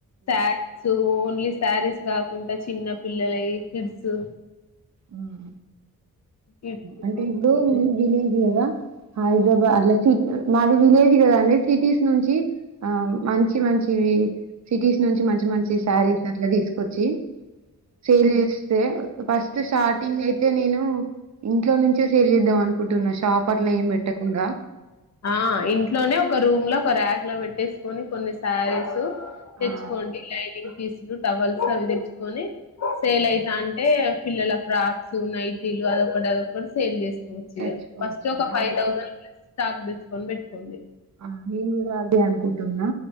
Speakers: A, on the left; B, on the right.
A: శారీస్ ఓన్లీ శారీస్ కాకుండా చిన్న పిల్లలై కిడ్స్
B: మ్
A: కిడ్స్
B: అంటే ఇప్పుడు దిని కద హైదరాబాద్ అట్లా మాది విలేజ్ కదా అండి సిటీస్ నుంచి ఆ మంచి మంచి వి సిటీస్ నుంచి మంచి మంచి శారీస్ అట్లా తీసుకొచ్చి సేల్ చేస్తే ఫస్ట్ స్టార్టింగ్ అయితే నేను ఇంట్లో నుంచే సేల్ చేద్దాం అనుకుంటున్నా షాప్ అట్లా ఏం పెట్టకుండా
A: ఆ ఇంట్లోనే ఒక రూమ్ లో ఒక ర్యాక్ లో పెట్టేసుకొని కొన్ని శారీస్ తెచ్చకోండి
B: ఆ
A: లైనింగ్ తీస్ టవల్స్ అవి తెచ్చుకొని సేల్
B: అవును
A: అయితా అంటే పిల్లల ఫ్రాక్స్ నైటీలు అదొకటి అదొకటి సేల్ చేస్త్
B: తెచ్చుకోవచ్చు
A: ఫస్ట్ ఒక
B: కదా
A: ఫైవ్ థౌసండ్ ప్లస్ డిస్కౌంట్ పెట్టుకోండి
B: ఆ నేను కూడా అదే అనుకుంటున్నా